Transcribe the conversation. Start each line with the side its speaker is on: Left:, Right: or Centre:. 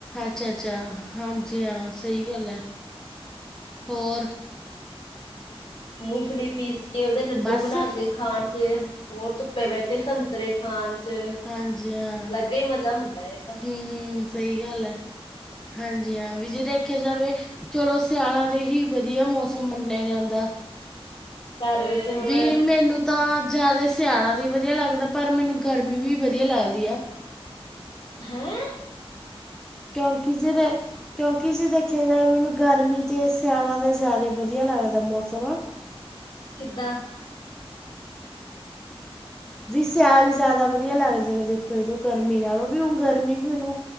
Centre: ਅੱਛਾ -ਅੱਛਾ ਹਾਂਜੀ ਹਾਂ, ਸਹੀ ਗੱਲ ਹੈ, ਹੋਰ
Left: ਮੂੰਗਫਲੀ ਪੀਸ ਕੇ, ਉਹਦੇ ਲੱਡੂ
Centre: ਬਸ
Left: ਬਣਾ ਕੇ ਖਾਣ ਚ ਹੋਰ ਧੁੱਪੇ ਬਹਿ ਕੇ ਸੰਤਰੇ ਖਾਣ ਚ,
Centre: ਹਾਂਜੀ ਹਾਂ
Left: ਅਲੱਗ ਹੀ ਮਜ਼ਾ ਹੁੰਦਾ ਏ ਤਾਂ
Centre: ਹੂੰ ਹੂੰ ਸਹੀ ਗੱਲ ਹੈ, ਹਾਂਜੀ ਹਾਂ, ਵੀ ਜੇ ਦੇਖਿਆ ਜਾਵੇ ਚਲੋ ਸਿਆਲਾਂ ਦੇ ਹੀ ਵਧੀਆ ਮੌਸਮ ਮੰਨਿਆ ਜਾਂਦਾ
Left: ਘਰ ਵਿੱਚ ਹੁਣ
Centre: ਵੀ ਮੈਨੂੰ ਤਾਂ ਜਿਆਦਾ ਸਿਆਣਾ ਵੀ ਵਧੀਆ ਲੱਗਦਾ, ਪਰ ਮੈਨੂੰ ਗਰਮੀ ਵੀ ਵਧੀਆ ਲੱਗਦੀ ਆ
Left: ਹੈਂ
Centre: ਕਿਉਂਕਿ ਜਿਹਦੇ ਕਿਉਂਕਿ ਜੇ ਦੇਖਿਆ ਜਾਵੇ, ਮੈਨੂੰ ਗਰਮੀ ਜੇ ਸਿਆਲ ਤਾਂ ਜ਼ਿਆਦਾ ਵਧੀਆ ਲੱਗਦਾ ਮੌਸਮ ਆ
Left: ਕਿਦਾਂ
Centre: ਵੀ ਸੈਯਾਲ ਜ਼ਿਆਦਾ ਵਧੀਆ ਲੱਗਦੇ ਨੇ ਦੇਖੋ, ਜਦੋਂ ਗਰਮੀ ਨਾਲੋਂ, ਵੀ ਹੁਣ ਗਰਮੀ ਵੀ ਮੈਨੂੰ